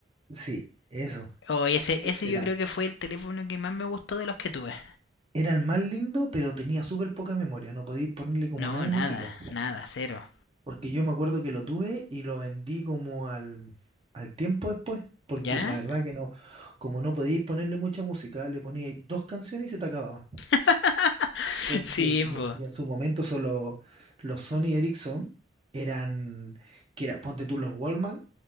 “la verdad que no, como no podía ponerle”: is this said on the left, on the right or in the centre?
Right